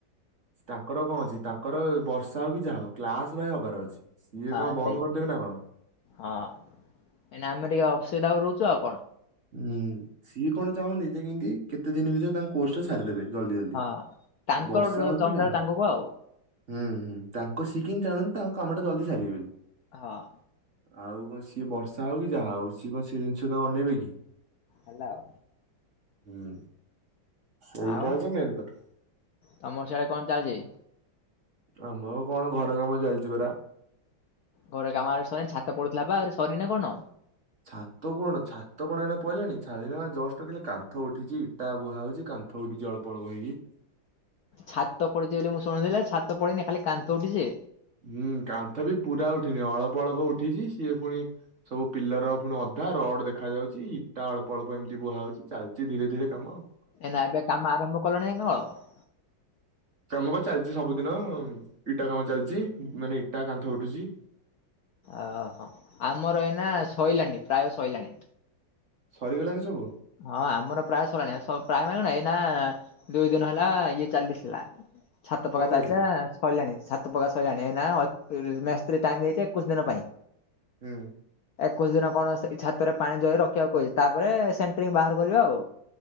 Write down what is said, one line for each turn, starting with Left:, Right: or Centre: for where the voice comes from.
Right: ତାଙ୍କର କଣ ଅଛି, ତାଙ୍କର ବର୍ଷା ହଉ କି ଯାହା ହଉ। କ୍ଲାସ୍ ଭାଇ ହବାର ଅଛି। ସିଏ
Left: ହଁ
Right: କଣ ବନ୍ଦ
Left: ସେଇ
Right: କରିଦେବେ ନା କଣ?
Left: ହଁ ଏନା ଆମେ ଟିକେ ଅସୁବିଧା ରହୁଛୁ ଆଉ କଣ।
Right: ହୁଁ ସିଏ କଣ ଚାହୁଁନ୍ତି ଯେ କେମତି କେତେ ଦିନ ଭିତରେ ତାଙ୍କୁ କୋର୍ସ ଟା ସାରିଦେବେ, ଜଲଦି ଜଲଦି
Left: ହଁ। ତାଙ୍କର
Right: ବର୍ଷା ହଉ
Left: ଚନ୍ଦା
Right: କି ଯାହା ହଉ।
Left: ତାଙ୍କକୁ ଆଉ
Right: ହୁଁ ହୁଁ। ତାଙ୍କ ସେ କେମିନ୍ତି ଚାହୁଁଛନ୍ତି ତାଙ୍କ କାମଟା ଜଲଦି ସାରିବେ ବୋଲି।
Left: ହଁ।
Right: ଆଉ କଣ, ସିଏ ବର୍ଷା ହଉ କି ଯାହା ହଉ ସିଏ କଣ ସେ ଜିନିଷ ଆଉ ଅନେଇବେ କି?
Left: ହେଲା ଆଉ।
Right: ହୁଁ। ସେଇଟା
Left: ଆଉ
Right: ହଉଛି ମେନ୍ କଥା।
Left: ତମର ସେଆଡେ କଣ ଚାଲିଛି?
Right: ଆମର କଣ ଘର କାମ ଚାଲିଛି ପରା।
Left: ଘର କାମ ଆହୁରି ସରିନି, ଛାତ ପଡୁଥିଲା ବା ଆହୁରି ସରିନି ନା କଣ?
Right: ଛାତ କଣ? ଛାତ କଣ ଏଇନା ପଡ଼ିଲାଣି ଛାତ ଜଷ୍ଟ ଖାଲି କାନ୍ଥ ଉଠିଛି, ଇଟା ବୁହା ହଉଛି କାନ୍ କାନ୍ଥ ଉଠିଚି ଅଳ୍ପ ଅଳ୍ପ ହେଇକି।
Left: ଛାତ ପଡିଛି ବୋଲି ମୁଁ ଶୁଣିଥିଲି। ଛାତ ପଡିିନି ଖାଲି କାନ୍ଥ ଉଠିଛି?
Right: ହୁଁ କାନ୍ଥ ବି ପୁରା ଉଠିନି। ଅଳ୍ପ ଅଳ୍ପ ଉଠିଛି। ସିଏ ଫୁଣି ସବୁ ପିଲର ଫୁଣି ଅଧା, ରଡ୍ ଦେଖା ଯାଉଛି, ଇଟା ଅଳ୍ପ ଅଳ୍ପ ଏମିତି ବୁହା ହଉଛି ଚାଲିଛି ଧୀରେ ଧୀରେ କାମ ଆଉ।
Left: ଏ ନା ଏବେ କାମ ଆରମ୍ଭ କଲେଣି ନାଇଁ କଣ?
Right: କାମ ବା ଚାଲିଛି ସବୁଦିନ, ଇଟା କାମ ଚାଲିଛି। ମାନେ ଇଟା କାନ୍ଥ ଉଠୁଛି।
Left: ଓହୋ ଆମର ଏଇନା ସୋଇଲାଣି। ପ୍ରାୟ ସରଲାଣି।
Right: ସରିଗଲାଣି ସବୁ?
Left: ହଁ ଆମର ପ୍ରାୟ ସରି ଲାଣି। ପ୍ରାୟ ମାନେ କଣ ଏଇନା ଦୁଇ ଦିନ ହେଲା ଇଏ ଚାଲିଥିଲା। ଛାତ ପକା
Right: କଣ ଚାଲିଥିଲା
Left: ଚାଲିତା ସରିଲାଣି ଛାତ ପକା ସଇଲାଣି ଏଇନା ମିସ୍ତ୍ରି ଟାଇମ୍ ଦେଇଚି ଏକୋଇଶ୍ ଦିନ ପାଇଁ।
Right: ହୁଁ।
Left: ଏକୋଇଶି ଦିନ କଣ ସେଇ ଛାତ ରେ ପାଣି ଦେଇ ରଖିବାକୁ କହିବେ ତାପରେ ସେ ବାହାର କରିବା ଆଉ।